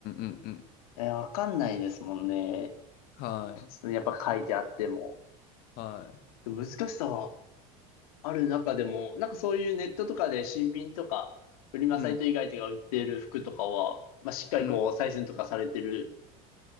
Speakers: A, on the left; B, on the left.
A: んうん。
B: えー、わかんないですもんね。
A: はい。
B: 普通やっぱ書いてあっても。
A: はい。
B: 難しさはある中でも、なんかそういうネットとかで新品とか、フリマサイト以外とか売っている服とかは、
A: うん
B: まあ、しっかりこう、
A: うん
B: 採寸とかされてる